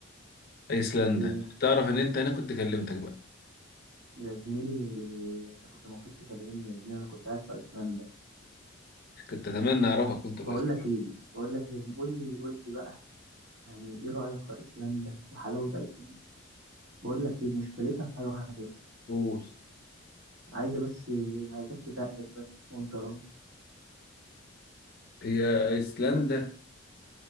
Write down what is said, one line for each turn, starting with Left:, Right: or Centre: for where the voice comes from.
Left: ايسلندا
Right: إيه،
Left: تعرف ان انت انا كنت كلمتك بقى
Right: يا زميلي انت كنت المفروض تكلمني يا زميلي انا كنت قاعد في ايسلندا
Left: كنت اتمنى اعرفك كنت في
Right: بقول
Left: ايسلندا
Right: لك ايه بقول لك يا زميلي قول لي قول لي بقى يعني ايه رايك في ايسلندا وحلاوه ايسلندا بقول لك ايه مشكلتها في حاجه واحده بس
Left: أوه.
Right: عايزه بس عايزك تتقل بس وانت رايح
Left: هي ايسلندا